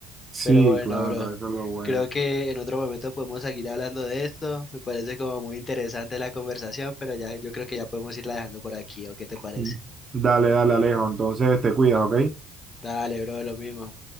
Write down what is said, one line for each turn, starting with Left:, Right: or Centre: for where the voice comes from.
Right: Sí,
Left: Pero bueno,
Right: claro,
Left: bro,
Right: eso es lo bueno.
Left: creo que en otro momento podemos seguir hablando de esto. Me parece como muy interesante la conversación, pero ya yo creo que ya podemos irla dejando por aquí, ¿o qué te parece?
Right: Mm, Dale, dale, Alejo. Entonces te cuidas, ¿ok?
Left: Dale, bro, lo mismo.